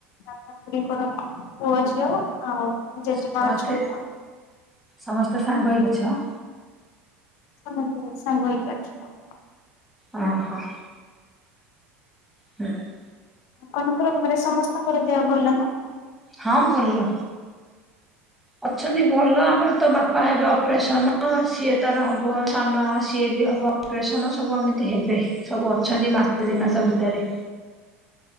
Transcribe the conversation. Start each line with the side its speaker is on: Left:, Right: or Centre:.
Left: ଦାଦା ଖୁଡିଙ୍କର ପୁଅ ଝିଅ ଆଉ ଜେଜେମା
Centre: ସମସ୍ତେ
Left: ଅଛନ୍ତି।
Centre: ସମସ୍ତେ ସାଙ୍ଗ ହେଇକି ଅଛ?
Left: ସମସ୍ସ୍ତେ ସାଙ୍ଗ ହେଇକି ଅଛୁ
Centre: ଓ ହୋ। <inaudible>
Left: ଆପଣଙ୍କର ଘରେ ସମସ୍ତଙ୍କର ଦେହ ଭଲ ନା?
Centre: ହଁ ଭଲ, ଅଛନ୍ତି ଭଲ ଆମର ତ ବାପା ବା ହେବ ଅପରେସନ ସିଏ ତାର ହବ ସ୍ଥାନ ସିଏ ବି ହବ ଅପରେସନ ସବୁ ଏମିତି ହେବେ ସବୁ ଅଛନ୍ତି ମାସ ଦି ମାସ ଭିତରେ।